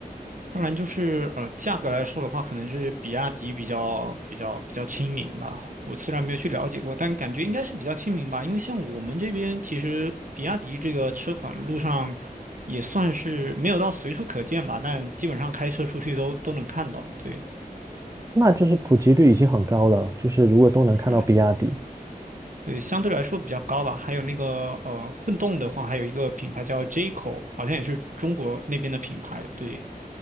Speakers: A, on the right; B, on the right.
A: 当然就是呃，价格来说的话，可能是比亚迪比较比较比较亲民吧。我虽然没有去了解过，但感觉应该是比较亲民吧。因为像我们这边，其实比亚迪这个车款路上也算是没有到随处可见吧，但基本上开车出去都都能看到。对，
B: 那就是普及率已经很高了，就是如果都能看到比亚迪，
A: 是，对，相对来说比较高吧。还有那个呃，混动的话，还有一个品牌叫 J-Co，好像也是中国那边的品牌。对。